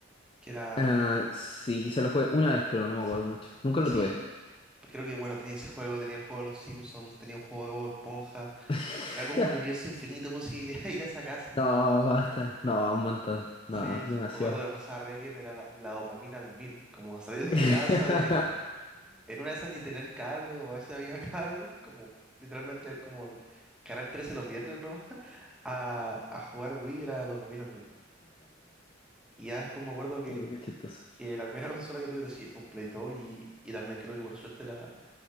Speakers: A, in the centre; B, on the left.
A: Que era...
B: Ah, sí, quizá lo jugué una vez, pero no me
A: s-
B: acuerdo mucho. Nunca
A: Sí,
B: lo tuve.
A: pues creo que bueno, tenía ese juego, tenía el juego de los Simpsons, tenía un juego de Bob Esponja.
B: <laughs>
A: Era como un universo infinito de posibilidades de ir a esa casa.
B: No, basta. No, un montón. No,
A: Sí, sí,
B: demasiado.
A: me acuerdo que la pasaba re bien, era la, la dopamina al mil. Como salir de
B: <laughs>
A: mi casa de... <laughs> En una de esas ni tener cable o a veces había cable. Como literalmente ver como el Canal 13 los viernes, ¿no? <laughs> A, a jugar Wii era dopamina al mil. Y ya después me acuerdo que
B: Ay, Qué chistoso.
A: que la primera <laughs> consola que tuve de- sí fue un Play 2 y, y también creo que por suerte la